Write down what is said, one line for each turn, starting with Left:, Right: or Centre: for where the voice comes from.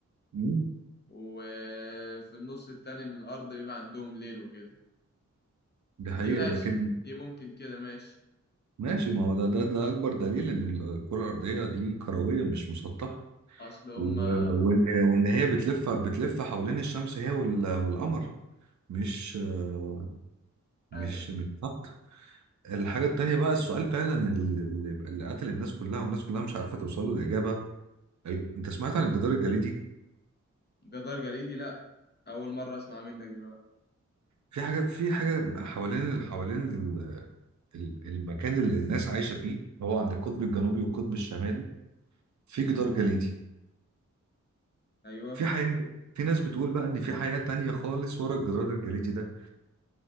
Right: مم،
Left: وفي النص التاني من الأرض بيبقى عندهم ليل وكده
Right: دي حقيقة
Left: دي ماشي
Right: لكن
Left: دي ممكن كده ماشي
Right: ماشي ما هو ده ده ده أكبر دليل إن الكرة الأرضية دي كروية مش مسطحة
Left: أصل هما
Right: و- وإن وإن هي بتلف بتلف حوالين الشمس هي وال- والقمر مش آه، مش
Left: أيوه
Right: مش ثابتة الحاجة التانية بقى السؤال فعلا اللي اللي قتل الناس كلها والناس كلها مش عارفة توصل له الإجابة ال- أنت سمعت عن الجدار الجليدي؟
Left: جدار جليدي لأ أول مرة أسمع منك دلوقتي
Right: في حاجة في حاجة بيبقى حوالين حوالين ال- ال- المكان اللي الناس عايشة فيه هو عند القطب الجنوبي والقطب الشمالي في جدار جليدي
Left: أيوه
Right: في حياة بقى- في ناس بتقول بقى إن في حياة تانية خالص ورا الجدار الجليدي ده